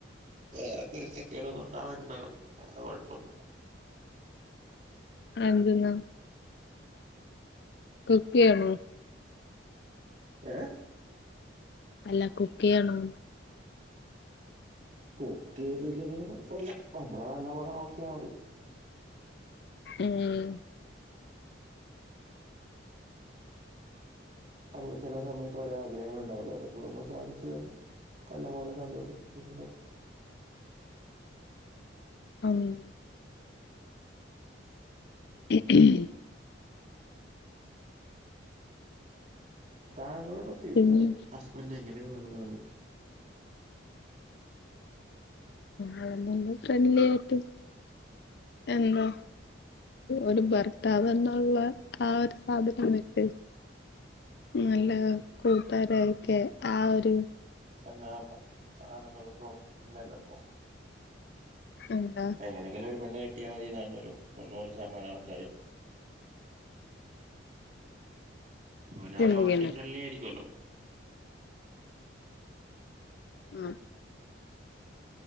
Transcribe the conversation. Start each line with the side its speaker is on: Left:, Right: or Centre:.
Right: വേറെ പൊരുത്തക്കേടുകൾ ഉണ്ടാവാതിരുന്നാ മതി വേറെ കൊഴപ്പൊന്നുല്ല
Left: അതെന്ത്ന്നാ കുക്കെയ്യണോ
Right: ഏ
Left: അല്ല കുക്കെയ്യണോന്ന്
Right: കുക്കെയ്തില്ലെങ്കിലും കൊഴപ്പില്ല നമ്മളെ നല്ലപോലെ നോക്കിയാ മതി
Left: ഉം
Right: നമ്മള് ചെല സമയത്ത് ഒരോ ആഗ്രഹങ്ങളുണ്ടാവില്ലേ അതൊ ന്നു സാധിച്ച്തന്ന് നല്ല പോലെ സന്തോഷിപ്പിച്ച് കൊണ്ടോണം
Left: അങ്ങിനിയോ ഹേം-ഹേം
Right: താങ്കളുടെ ഫ്യൂച്ചർ
Left: പിന്നെ
Right: ഹസ്ബന്റ് എങ്ങനെ വേണംന്നാണ്
Left: ആള്നല്ല ഫ്രണ്ട്ലിയായിട്ട് എന്തോ ഒരു ഭർത്താവെന്നുള്ള ആ ഒരു സാധനം വിട്ട് നല്ല കൂട്ടാരായിക്കെ ആ ഒരു
Right: നല്ലാവുമ്പ ആണുങ്ങൾക്കും ഇല്ലല്ലോ ഇപ്പൊ
Left: എന്താ
Right: ഇപ്പൊ എങ്ങനെങ്കിലും ഒരു പെണ്ണ് കെട്ടിയാ മതീന്നാണ് ഒരു തൊണ്ണൂറ് ശതമാനം ആൾക്കാരും അപ്പ പിന്നെ
Left: ചിന്തിക്കണം
Right: അവര് ഓൾറെഡി ഫ്രണ്ട്ലി ആയിരിക്കുവല്ലോ
Left: ആ